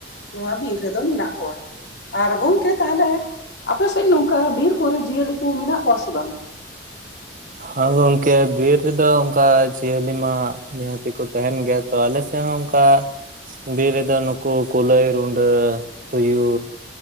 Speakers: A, on the left; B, on the right.
A: ᱱᱚᱣᱟ ᱵᱤᱨ ᱨᱮᱫᱚ ᱢᱮᱱᱟᱜ ᱠᱚᱣᱟ ᱟᱨ ᱜᱚᱝᱠᱮ ᱛᱟᱦᱞᱮ ᱟᱯᱮᱥᱮᱡ ᱱᱚᱝᱠᱟ ᱵᱤᱨ ᱠᱚᱨᱮ ᱡᱤᱭᱟᱹᱞᱤ ᱠᱩ ᱢᱮᱱᱟᱜ ᱠᱚᱣᱟ ᱥᱮ ᱵᱟᱝ
B: ᱦᱟᱸ ᱜᱚᱝᱠᱮ ᱵᱤᱨ ᱨᱮᱫᱚ ᱚᱝᱠᱟ ᱡᱤᱭᱟᱹᱞᱤ ᱢᱟ ᱱᱤᱦᱟᱹᱛᱤ ᱠᱚ ᱛᱟᱦᱮᱱ ᱜᱮᱭᱟ ᱛᱚ ᱟᱞᱮᱥᱮ ᱦᱚᱸ ᱚᱝᱠᱟ ᱵᱤᱨ ᱨᱮᱫᱚ ᱱᱩᱠᱩ ᱠᱩᱞᱟᱹᱭ, ᱨᱩᱸᱰᱟᱹ, ᱛᱩᱭᱩ